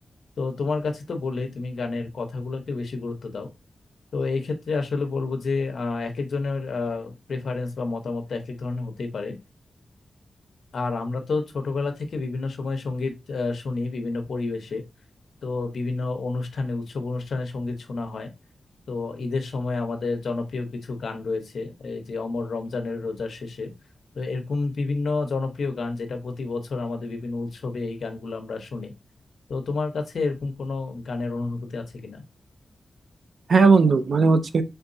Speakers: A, on the left; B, on the right.
A: তো তোমার কাছে তো বলেই তুমি গানের কথাগুলোকে বেশি গুরুত্ব দাও তো এই ক্ষেত্রে আসলে বলবো যে আহ, এক একজনের প্রেফারেন্স বা মতামত এক এক ধরনের হতেই পারে আর আমরা তো ছোটবেলা থেকে বিভিন্ন সময় সঙ্গীত আহ, শুনি বিভিন্ন পরিবেশে তো বিভিন্ন অনুষ্ঠানে উৎসব অনুষ্ঠানে সঙ্গীত শোনা হয় তো ঈদের সময় আমাদের জনপ্রিয় কিছু গান রয়েছে এই যে অমর রমজানের রোজার শেষে তো এরকম বিভিন্ন জনপ্রিয় গান যেটা প্রতি বছর আমাদের বিভিন্ন উৎসবে এই গানগুলো আমরা শুনি তো তোমার কাছে এরকম কোনো গানের অনুভূতি আছে কিনা
B: হ্যাঁ বন্ধু মানে হচ্ছে